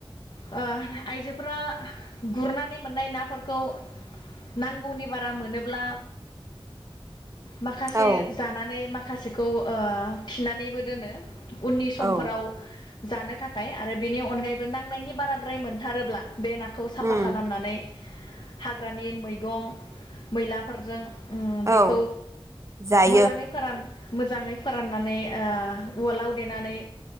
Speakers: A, on the left; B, on the right.
A: ओ आइजोफोरा गुरनानै मोननाय नाफोरखौ नांगौनि बारा मोनोब्ला माखासे
B: औ
A: जानानै माख खासेखौ ओ खिनानैबो दोनो । उननि समफोराव
B: औ
A: जानो थाखाय आरो बेनि अनगायैबो नांनायनि बाराद्राय मोनथारोब्ला बे नाखौ साफा
B: उम
A: खालामनानै हाग्रानि मैगं मैलाफोरजों ओम
B: औ
A: बेखौ
B: जायो
A: मोजाङै फोरान मोजाङै फोराननानै ओ उवालाव देनानै